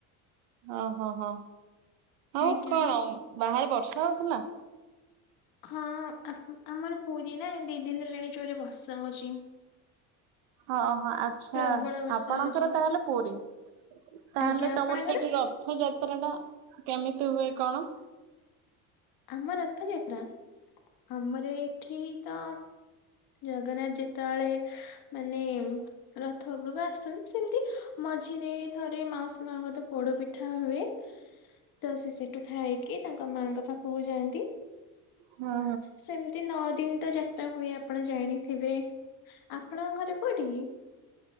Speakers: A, on the right; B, on the left.
A: ଓହୋ ହୋ ଆଉ
B: ଆଜ୍ଞା
A: କଣ
B: ହଁ
A: ବାହାରେ ବର୍ଷା ହଉଥିଲା
B: ହଁ ଆମର ପୁରୀ ନା ଦି ଦିନ ହେଲାଣି ଜୋରେ ବର୍ଷା ହଉଛି
A: ହଁ ହଁ ଆଚ୍ଛା
B: ପ୍ରବଳ ବର୍ଷା
A: ଆପଣଙ୍କର
B: ହଉଛି।
A: ତାହେଲେ ପୁରୀ ତାହେଲେ
B: ଆଜ୍ଞା ଆପଣଙ୍କର?
A: ତମର ସେଠି ରଥ ଯାତ୍ରା ଯାତ୍ରା ଟା କେମିତି ହୁଏ କଣ
B: ଆମ ରଥଯାତ୍ରା ଆମର ଏଇଠି ତ ଜଗନ୍ନାଥ ତେବେଳେ ମାନେ ରଥ ଉପରକୁ ଆସନ୍ତୁ ସେମତି ମଝିରେ ଥରେ ମାଉସୀ ମା ଙ୍କ ଠୁ ପୋଡପିଠା ଉଠା ହୁଏ ତ ସେ ସେଠୁ ଖାଇକି ତାଙ୍କ ମାଙ୍କ ପାଖକୁ ଯାଆନ୍ତି
A: ହୁଁ
B: ସେମିତି ନଅ ଦିନ ତ ଯାତ୍ରା ହୁଏ ଆପଣ ଜାଣିଥିବେ ଆପଣଙ୍କର ଘର କୁଉଠ କି